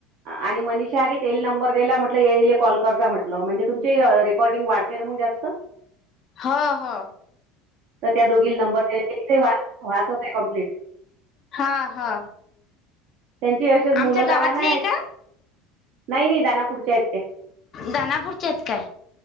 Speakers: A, on the right; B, on the left.
A: आणि मनीषा आहेग ते येईल नंबर दला म्हटलं येले कॉल करता म्हटलं म्हणजे तुमची रेकॉर्डिंग वाढते मग जास्त
B: हा हा
A: तर त्या दोघी नंबरथ वाहचत आहे कम्प्लीट
B: हा हा
A: त्यांची अशच मुलं
B: आमच्या
A: लहान
B: गावातले
A: आहेत
B: आहे का?
A: नाही नाही दानापुरच्या आहेत ते
B: दनापूरच्या आहेत काय